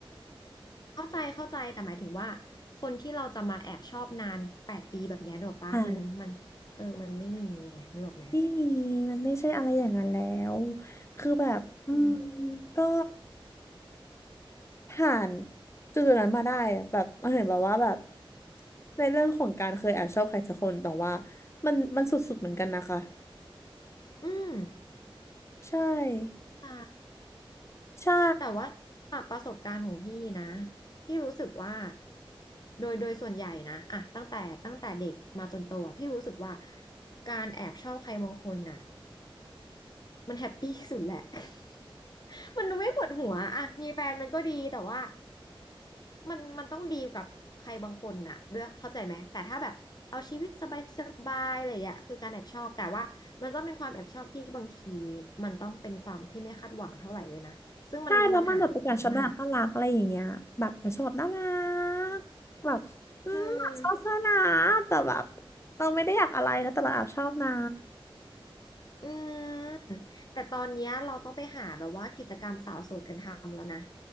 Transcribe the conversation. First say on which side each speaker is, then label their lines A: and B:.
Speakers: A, on the left; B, on the left.
A: เข้าใจเข้าใจแต่หมายถึงว่าคนที่เราจะมาแอบชอบนานแปดปีแบบเนี้ยนึกออกปะมันมันเออมันไม่มีไงนึกออกไหม
B: <laughs> อ่าไม่มีมันไม่ใช่อะไรอย่างนั้นแล้วคือแบบอืม
A: อืม
B: ก็ผ่านจุดๆนั้นมาได้อะแบบมันเห็นแบบว่าแบบในเรื่องของการเคยแอบชอบใครสักคนแต่ว่ามันมันสุดๆเหมือนกันนะคะ
A: อืม
B: ใช่
A: เข้าใจ
B: ใช่
A: แต่ว่าจากประสบการณ์ของพี่นะพี่รู้สึกว่าโดยโดยส่วนใหญ่นะอะตั้งแต่ตั้งแต่เด็กมาจนโตอะพี่รู้สึกว่าการแอบชอบใครบางคนน่ะ มันแฮปปี้สุดแหละ <laughs> มันดูไม่ปวดหัวอะมีแฟนมันก็ดีแต่ว่ามันมันต้องดีลกับใครบางคนน่ะด้วยเข้าใจไหมแต่ถ้าแบบเอาชีวิตสบายสบายอะไรอย่างเงี้ยคือการแอบชอบแต่ว่ามันต้องเป็นความแอบชอบที่บางทีมันต้องเป็นความที่ไม่คาดหวังเท่าไหร่ด้วยนะซึ่งมันมันหาได้น้อยมาก
B: ใช่แล้วมันแบบเป็นการชอบน่ารักน่ารักอะไรอย่างเงี้ยแบบมันชอบแบบน่ารักแบบอืมชอบเธอนะ
A: อืม
B: แต่แบบเราไม่ได้อยากอะไรนะแต่เราแอบชอบนะ
A: อืมแต่ตอนเนี้ยเราต้องไปหาแบบว่ากิจกรรมสาวโสดกันทำแล้วนะ